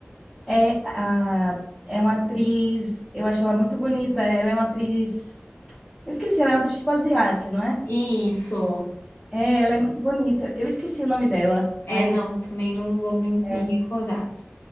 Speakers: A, in the centre; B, on the left.
A: É, a, é uma atriz, eu acho ela muito bonita. Ela é uma atriz, eu esqueci, ela é uma atriz tipo asiática, não é?
B: E isso.
A: É, ela é muito bonita. Eu esqueci o nome dela,
B: É,
A: mas
B: não, também não vou me,
A: é,
B: me recordar.